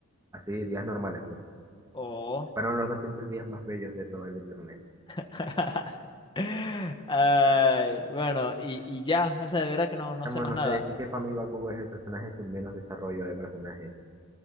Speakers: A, on the right; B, on the left.
A: así, días normales, pues.
B: Oh.
A: Fueron los 200 días más bellos de todo el internet.
B: <laughs> Ay, bueno, y, y ya, o sea, de verdad que no, no
A: Chamo,
B: sé más
A: no
B: nada.
A: sé, es que para mí Bakugo es el personaje con menos desarrollo de personaje